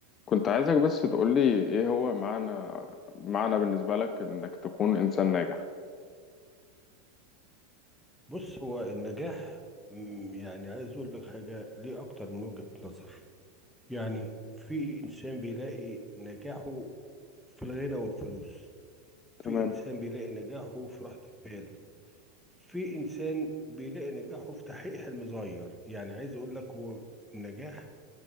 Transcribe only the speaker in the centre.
بص هو النجاح مم، يعني عايز اقول لك حاجه ليه اكتر من وجهه نظر يعني في انسان بيلاقي نجاحه في الغنى والفلوس
في انسان بيلاقي نجاحه في راحه البال في انسان بيلاقي نجاحه في تحقيق حلم صغير يعني عايز اقول لك هو النجاح